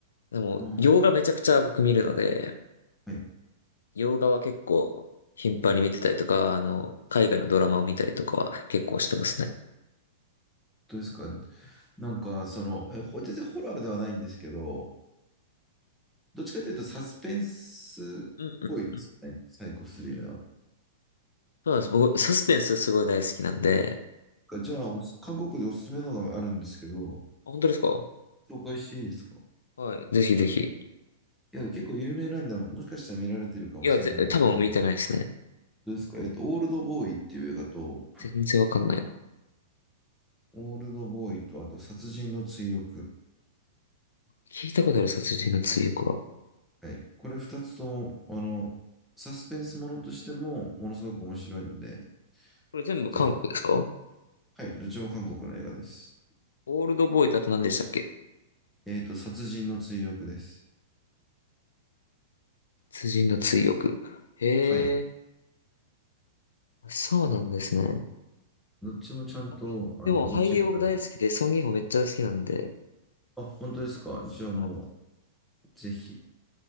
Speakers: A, on the left; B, in the centre.
A: でも、
B: うん。
A: 洋画めちゃくちゃ僕見るので、
B: はい。
A: 洋画は結構頻繁に見てたりとか、あの、海外のドラマを見たりとかは結構してますね。
B: どうですかなんか、その、え、ほ全然ホラーではないんですけど、どっちかというとサスペンスっぽいですね。
A: うんうん
B: サイコスリラー
A: そうなんです。僕、サスペンスすごい大好きなんで、
B: が。じゃあ、おす韓国でおすすめのがあるんですけど、
A: あ本当ですか
B: 紹介していいですか
A: はい。ぜひぜひ。
B: いや、結構有名なんで、もしかしたら見られてるかもしれないんですけど、
A: いや、ぜ、多分見てないですね。
B: どうですかえっと、オールドボーイっていう映画と、
A: 全然わかんないな。
B: オールドボーイと、あと、殺人の追憶。
A: 聞いたことある殺人の追憶は。
B: はい。これ二つとも、あの、サスペンスものとしても、ものすごく面白いんで、
A: これ全部韓国ですか
B: ぜひ。はい。どっちも韓国の映画です。
A: オールドボーイとあと何でしたっけ
B: えっと、殺人の追憶です。
A: 殺人の追憶。へえ、
B: はい。
A: そうなんですね。
B: どっちもちゃんと、
A: あでも俳優僕大好きで、
B: あの、オチがある。
A: ソン・ギンホめっちゃ好きなんで、
B: あ、本当ですか。じゃあも
A: あ
B: う、ぜひ。